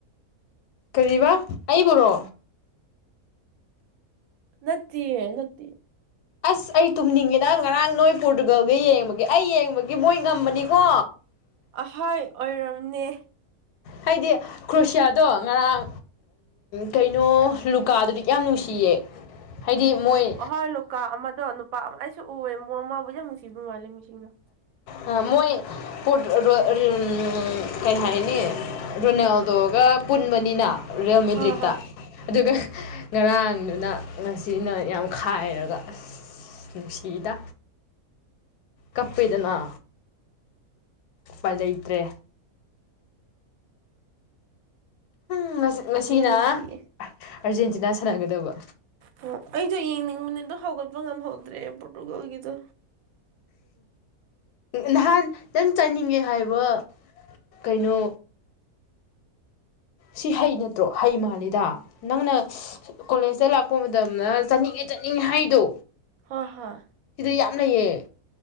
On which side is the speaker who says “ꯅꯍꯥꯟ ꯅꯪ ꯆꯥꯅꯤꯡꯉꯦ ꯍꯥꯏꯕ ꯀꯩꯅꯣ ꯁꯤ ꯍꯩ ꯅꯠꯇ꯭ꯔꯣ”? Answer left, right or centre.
Left